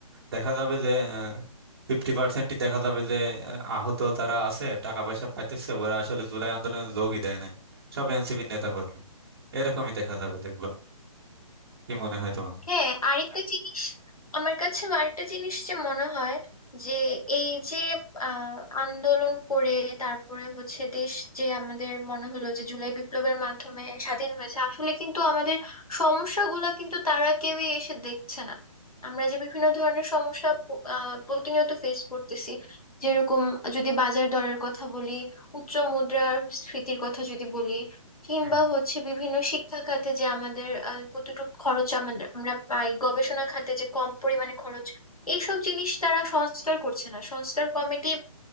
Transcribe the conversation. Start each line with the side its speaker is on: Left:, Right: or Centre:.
Right: দেখা যাবে যে ফিফটি পার্সেন্টই দেখা যাবে যে আহ, আহত তারা আছে টাকা পয়সা পাইতেছে ওরা আসলে জুলাই আন্দোলনে যোগই দেয় নাই সব এনসিপির নেতা কর্মী এরকমই দেখা যাবে দেখবা কি মনে হয় তোমার
Left: হ্যাঁ আরেকটা জিনিস আমার কাছে আরেকটা জিনিস যে মনে হয় যে এই যে আহ আন্দোলন করে তারপরে হচ্ছে দেশ যে আমাদের মনে হলো যে জুলাই বিপ্লবের মাধ্যমে স্বাধীন হয়েছে আসলে কিন্তু আমাদের সমস্যাগুলো কিন্তু তারা কেউই এসে দেখছে না আমরা যে বিভিন্ন ধরনের সমস্যা প- আহ প্রতিনিয়ত ফেস করতেছি যেরকম যদি বাজার দরের কথা বলি উচ্চ মুদ্রাস্ফীতির কথা যদি বলি কিংবা
Right: হুম, হুম।
Left: হচ্ছে বিভিন্ন শিক্ষা খাতে যে আমাদের আহ, কতটুকু খরচ আমাদের আমরা পাই গবেষণা খাতে যে কম পরিমাণে খরচ এইসব জিনিস তারা সংস্কার করছে না সংস্কার কমিটি